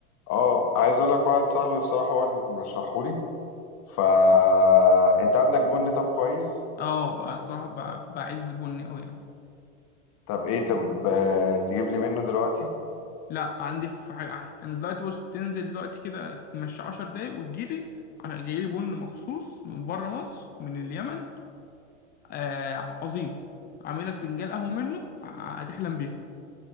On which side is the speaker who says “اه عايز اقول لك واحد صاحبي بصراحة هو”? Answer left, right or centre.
Left